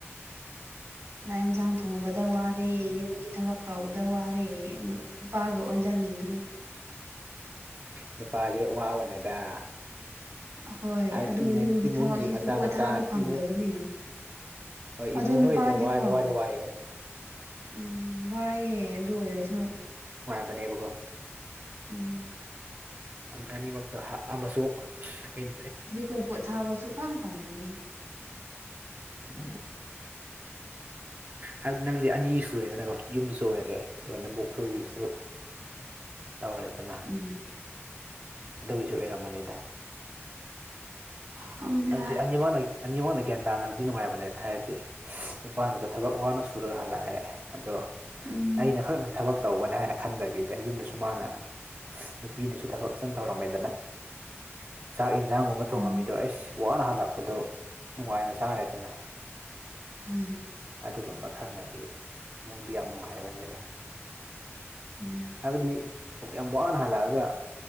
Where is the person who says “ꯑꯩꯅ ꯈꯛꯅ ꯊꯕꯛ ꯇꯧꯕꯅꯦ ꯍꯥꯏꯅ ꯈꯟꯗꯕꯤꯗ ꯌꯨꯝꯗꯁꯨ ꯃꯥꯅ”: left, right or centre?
Right